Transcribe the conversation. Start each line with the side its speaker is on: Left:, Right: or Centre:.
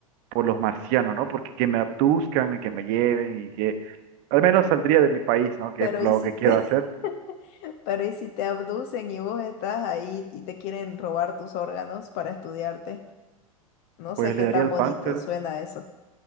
Right: por los marcianos, ¿no? Porque que me abduzcan y que me lleven y que al menos saldría de mi país, ¿no? Que
Left: Pero
Right: es lo
Left: ¿y si
Right: que
Left: te,
Right: quiero hacer.
Left: <laughs> pero ¿y si te abducen y vos estás ahí y te quieren robar tus órganos para estudiarte? No
Right: Pues
Left: sé qué
Right: le daría
Left: tan
Right: el
Left: bonito
Right: páncreas,
Left: suena eso.